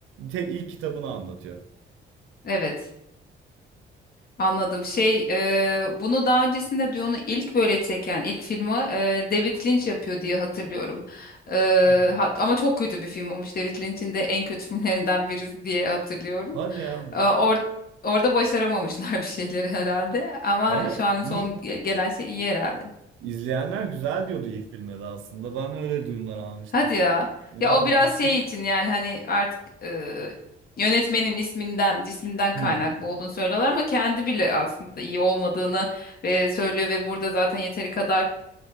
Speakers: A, on the right; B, on the left.
A: tek ilk kitabını anlatıyor.
B: Evet. Anladım. Şey, e, bunu daha öncesinde Dune'u ilk böyle çeken, ilk filmi e, David Lynch yapıyor diye hatırlıyorum. E,
A: <laughs>
B: hat- ama çok kötü bir film olmuş. David Lynch'in de en kötü <laughs> filmlerinden birisi diye hatırlıyorum.
A: Hadi ya
B: E, or- orada başaramamışlar <laughs> bir şeyleri herhalde. Ama
A: bana
B: şu an
A: iyi
B: son ge- gelen şey iyi herhalde.
A: izleyenler güzel diyordu ilk filme de aslında. Ben öyle duyumlar almıştım.
B: Hadi ya.
A: Valla.
B: Ya o biraz şey için yani hani artık e, yönetmenin isminden, cisminden
A: Hmm.
B: kaynaklı olduğunu söylüyorlar ama kendi bile aslında iyi olmadığını ve söylüyor ve burada zaten yeteri kadar